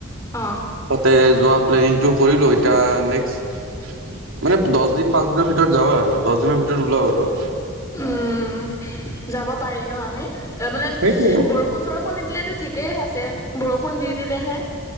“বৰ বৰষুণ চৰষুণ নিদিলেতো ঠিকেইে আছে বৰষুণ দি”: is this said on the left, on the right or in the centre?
Left